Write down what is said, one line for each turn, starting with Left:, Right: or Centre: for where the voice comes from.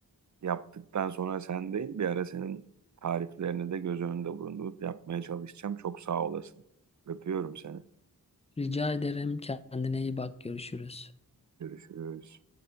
Right: Yaptıktan sonra sendeyim. Bir ara senin tariflerini de göz önünde bulundurup yapmaya çalışacağım. Çok sağ olasın. Öpüyorum seni.
Left: Rica ederim. Kendine iyi bak. Görüşürüz.
Right: Görüşürüz.